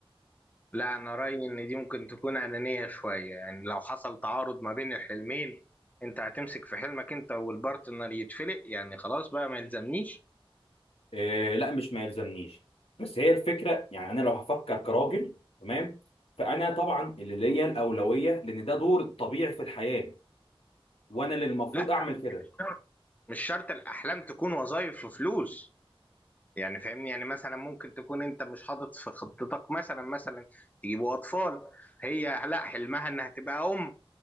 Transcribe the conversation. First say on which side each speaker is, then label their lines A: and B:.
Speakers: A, on the left; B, on the left.
A: لا أنا رأيي إن دي ممكن تكون أنانية شوية يعني لو حصل تعارض ما بين الحلمين أنت هتمسك في حلمك أنت والبارتنر يتفلق يعني خلاص بقى ما يلزمنيش
B: آه لا مش ما يلزمنيش بس هي الفكره يعني انا لو هفكر كراجل تمام فانا طبعا اللي ليا الاولويه لان ده دور الطبيعي في الحياه وانا اللي المفروض
A: لا
B: اعمل كده
A: مش شرط مش شرط الأحلام تكون وظائف وفلوس يعني فاهمني يعني مثلا ممكن تكون انت مش حاطط في خطتك مثلا مثلا تجيبوا اطفال هي لا حلمها انها تبقى ام